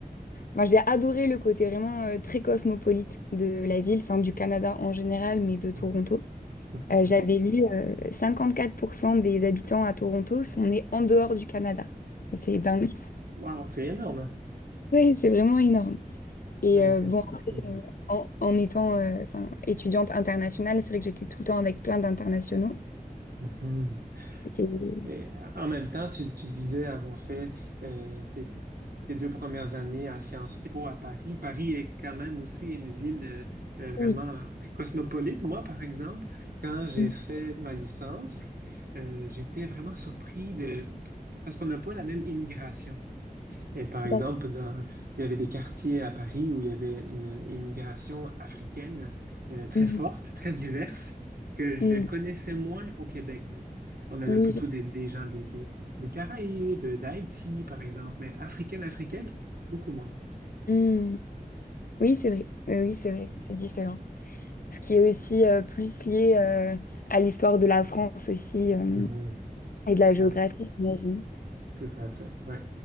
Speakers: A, on the left; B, on the right.
A: moi j'ai adoré le côté vraiment euh, très cosmopolite de la ville, enfin du Canada en général, mais de Toronto.
B: mhm, mhm,
A: Euh,
B: OK.
A: j'avais lu euh, 54% des habitants à Toronto sont nés en dehors du Canada. C'est dingue.
B: Wow, c'est énorme.
A: Ouais, c'est vraiment énorme. Et
B: Moi, j'étais
A: euh, bon,
B: pas.
A: après,
B: ouais.
A: euh, en, en étant euh, enfin, étudiante internationale, c'est vrai que j'étais tout le temps avec plein d'internationaux.
B: Mhm.
A: C'était...
B: Et en même temps, tu, tu disais avoir fait euh, tes, tes deux premières années à Sciences Po à Paris. Paris est quand même aussi une ville euh, euh, vraiment
A: Oui,
B: très cosmopolite. Moi, par exemple, quand j'ai
A: mhm,
B: fait ma licence, euh, j'étais vraiment surpris de... parce qu'on n'a pas la même immigration. Et par exemple,
A: d'ac-
B: dans- il y avait des quartiers à Paris où il y avait une immigration africaine euh, très
A: mhm,
B: forte, très diverse, que je
A: mhm,
B: connaissais moins au Québec. On avait
A: oui,
B: plutôt des, des gens des, des, des Caraïbes, d'Haïti, par exemple, mais africaine, africaine, beaucoup moins.
A: je- mhm. Oui, c'est vrai. Oui, oui, c'est vrai, c'est différent. Ce qui est aussi euh, plus lié euh, à l'histoire de la France aussi euh,
B: Mhm.
A: et de la
B: Tout
A: géographie,
B: à fait,
A: j'imagine.
B: tout à fait, ouais.